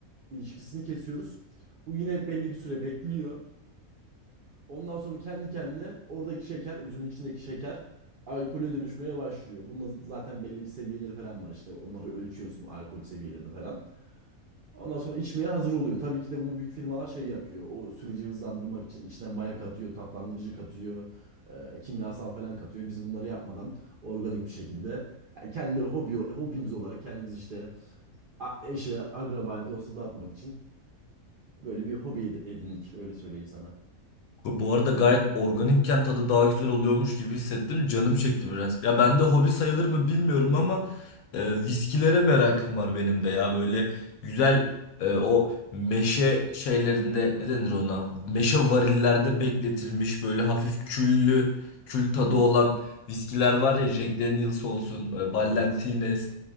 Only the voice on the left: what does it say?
Bu bu arada gayet organikken tadı daha güzel oluyormuş gibi hissettim. Canım çekti biraz. Ya bende hobi sayılır mı bilmiyorum ama e, viskilere merakım var benim de ya. Böyle güzel e, o meşe şeylerinde ne denir ona? Meşe varillerde bekletilmiş böyle hafif küllü, kül tadı olan viskiler var ya. Jack Daniel's olsun, e, Ballantines.